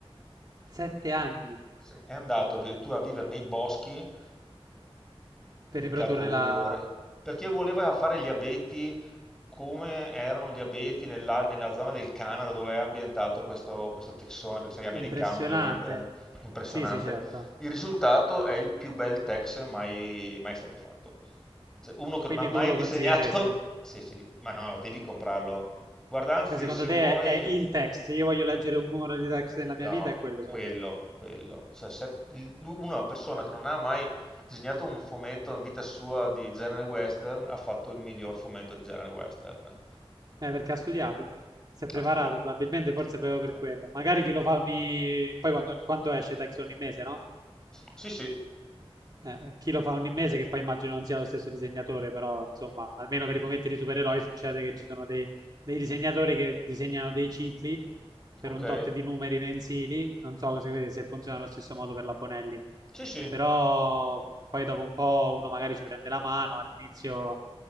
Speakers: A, on the right; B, in the centre.
A: Sette anni
B: sì. È andato addirittura a vivere nei boschi
A: per
B: Un
A: riprodurre
B: Cadore,
A: la...
B: perché voleva fare gli abeti come erano gli abeti nella, nella zona del Canada dove è ambientato questo, questo texone, perché sei americano
A: Impressionante.
B: ovviamente, eh, impressionante.
A: Sì, sì, certo.
B: Il risultato è il più bel tex mai, mai stato fatto. Cioè, uno che
A: Quindi
B: non ha mai
A: tu lo
B: disegnato,
A: consiglieresti?
B: <laughs> sì sì, ma no, no, devi comprarlo. Guarda, anzi,
A: Cioè, secondo
B: se vuoi...
A: te è, è il text? Se io voglio leggere un numero di text nella mia
B: No,
A: vita, è quello,
B: quello,
A: secondo
B: quello. Cioè, se lu- una persona che non ha mai disegnato un fumetto in vita sua di genere western ha fatto il miglior fumetto di genere western.
A: te? Eh, perché ha studiato? Si è preparato,
B: Ha studiato.
A: probabilmente,
B: Ha
A: forse
B: studiato.
A: proprio per quello. Magari chi lo fa ogni... Poi quando, ogni- quanto esce text ogni mese, no?
B: Sì, sì,
A: Eh, chi lo fa ogni mese, che poi immagino non sia lo stesso disegnatore, però, insomma, almeno per i fumetti di supereroi succede che ci sono dei, dei disegnatori che disegnano dei cicli per
B: ok.
A: un tot di numeri mensili. Non so se, se funziona allo stesso modo per la Bonelli.
B: Sì, sì,
A: però poi dopo un po' uno magari ci prende la mano, all'inizio